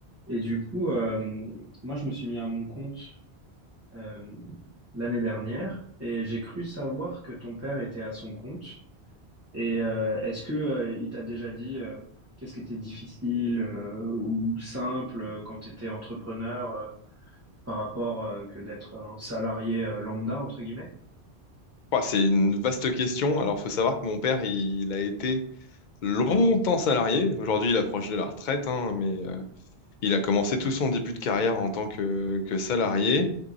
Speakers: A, on the right (about 15°); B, on the left (about 55°).
A: Et du coup, euh, moi, je me suis mis à mon compte euh, l'année dernière et j'ai cru savoir que ton père était à son compte. Et euh, est-ce que euh, il t'a déjà dit euh, qu'est-ce qui était difficile euh, ou simple euh, quand tu étais entrepreneur euh, par rapport euh, que d'être un salarié euh, lambda, entre guillemets?
B: Bah, c'est une vaste question. Alors, faut savoir que mon père, il, il a été longtemps salarié. Aujourd'hui, il approche de la retraite, hein, mais euh, il a commencé tout son début de carrière en tant que, que salarié.